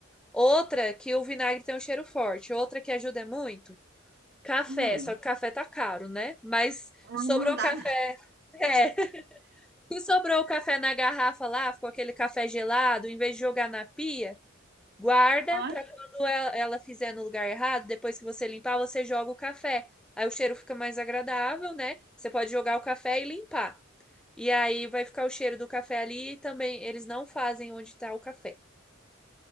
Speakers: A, in the centre; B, on the right.
A: Outra que o vinagre tem um cheiro forte, outra que ajuda é muito, café,
B: Hum,
A: só que café tá caro, né? Mas
B: ah,
A: sobrou
B: não dá,
A: café, é, <laughs> se sobrou o café na garrafa lá, ficou aquele café gelado, em vez de jogar na pia, guarda
B: não.
A: para quando ela, ela fizer no lugar errado, depois que você limpar, você joga o café. Aí o cheiro fica mais agradável, né? Você pode jogar o café e limpar. E aí vai ficar o cheiro do café ali e também eles não fazem onde está o café.